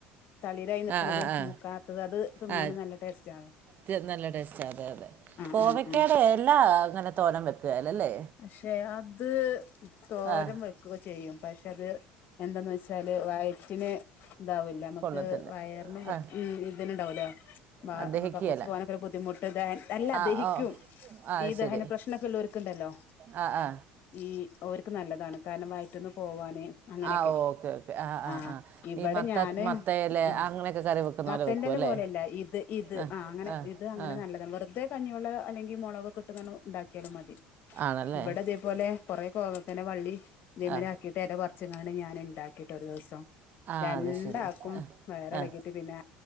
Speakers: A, on the left; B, on the right.
A: തളീരായി നിക്ക്ണത്
B: ആ ആ ആ
A: മൂക്കാത്തത് അത് തിന്നാനും
B: ആ
A: നല്ല ടേസ്റ്റ് ആണ്
B: ത- നല്ല ടേസ്റ്റ് അതെ അതെ
A: ആഹ്
B: കോവക്കയുടെ
A: ആഹ് ആഹ്
B: എല അങ്ങനെ തോരം വെക്കുക അല്ലേ
A: പക്ഷേ അത് തോരം
B: ആ
A: വെക്കുക ചെയ്യും പക്ഷെ അത് എന്താെന്ന് വെച്ചാല് വയറ്റിന് ഇതാവൂല നമ്മുക്ക്
B: കൊള്ളത്തില്ല
A: വയറിന് ഉ
B: ആ
A: ഇതിനന്ണ്ടാവല്ലോ
B: അത് ദഹിക്കുകേല
A: കക്കൂസ് പോവനൊക്കെ ബുദ്ധിമുട്ട് അല്ല
B: ആ
A: ദഹിക്കും
B: ഓ ആ
A: ഈ ദഹന
B: ശരി
A: പ്ര്രശ്നമൊക്കെ ഉള്ളവർക്ക്ണ്ടല്ലോ
B: ആ ആ
A: ഈ ഓർക്ക് നല്ലതാ ക്കാനും വറ്റന്ന് പോവാനും അങ്ങനെയൊക്കെ
B: ആ ഓക്കെ ഓക്കെ
A: ആ ഇവിടെ
B: ഈ മത്ത
A: ഞാന്
B: മത്തയില
A: ആഹ്
B: അങ്ങനെയൊക്കെ കറി വെക്കുന്ന
A: മത്തന്റെ
B: പോലെ വെക്കും
A: ഇല
B: അല്ലേ
A: പോലെ അല്ല ഇത് ഇത്
B: ആ
A: ആഹ് അങ്ങനെ
B: ആ
A: ഇത് അങ്ങനെ
B: ആ
A: നല്ലതാണ് വെറുതെ കഞ്ഞി വെള്ള അല്ലെങ്കിൽ മുളക് ഇട്ട് ക്കാണ്ട് ഇണ്ടാക്കിയാലും മതി
B: ആണല്ലേ
A: ഇവിടെ അതേപോലെ കൊറെ കോവക്കന്റെ വള്ളി ഇതേ
B: ആ
A: മാതിരി ആക്കിയിട്ട് ഇല പറിച്ചുകാണ്ട് ഞാൻ ഉണ്ടാക്കി ട്ട് ഒരു ദിവസം
B: ആ
A: രണ്ട്
B: അത് ശരി
A: ആക്കും
B: ആ
A: വയറ് ഇളകിയിട്ട് പിന്നെ